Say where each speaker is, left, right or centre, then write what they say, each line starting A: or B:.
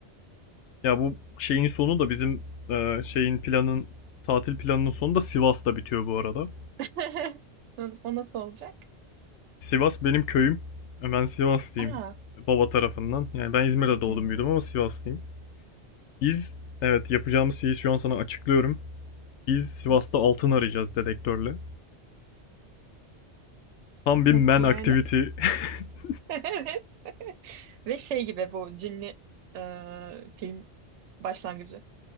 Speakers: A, on the left (about 80°); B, on the right (about 80°).
A: Ya bu şeyin sonu da bizim e, şeyin planın tatil planının sonu da Sivas'ta bitiyor bu arada.
B: <laughs> O nasıl olacak?
A: Sivas benim köyüm. E, Ben Sivaslıyım
B: Aa,
A: baba tarafından. Yani ben İzmir'de doğdum
B: Hmm.
A: büyüdüm ama Sivaslıyım. Biz evet yapacağımız şeyi şu an sana açıklıyorum. Biz Sivas'ta
B: <laughs> Hı.
A: altın arayacağız dedektörle. Tam bir
B: Nasıl
A: man
B: yani?
A: activity <laughs>
B: <laughs> Evet. Ve şey gibi bu cinli e, film başlangıcı.